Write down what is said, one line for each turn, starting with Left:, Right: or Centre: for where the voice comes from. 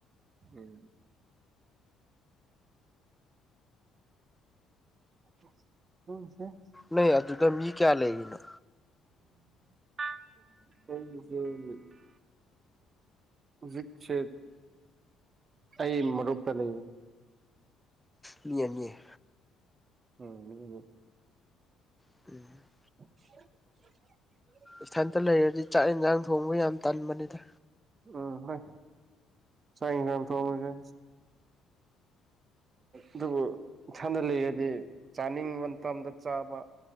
Right: ꯎꯝ <unintelligible>
Centre: ꯅꯣꯏ ꯑꯗꯨꯗ ꯃꯤ ꯀꯌꯥ ꯂꯩꯔꯤꯅꯣ
Right: <inaudible> <inaudible> ꯍꯧꯖꯤꯛꯁꯦ ꯑꯩ ꯃꯔꯨꯞꯀ ꯂꯩꯕꯅꯦ
Centre: ꯃꯤ ꯑꯅꯤ
Right: <inaudible>
Centre: <inaudible>
Right: <inaudible>
Centre: ꯏꯊꯟꯇ ꯂꯩꯔꯗꯤ ꯆꯥꯛ ꯏꯟꯖꯥꯡ ꯊꯣꯡꯕ ꯌꯥꯝ ꯇꯟꯕꯅꯤꯗ꯫
Right: ꯎꯝ ꯍꯣꯏ ꯆꯥꯛ ꯏꯟꯖꯥꯡ ꯊꯣꯡꯕꯖꯦ ꯑꯗꯨꯕꯨ ꯏꯊꯟꯇ ꯂꯩꯔꯗꯤ ꯆꯥꯅꯤꯡꯕ ꯃꯇꯝꯗ ꯆꯥꯕ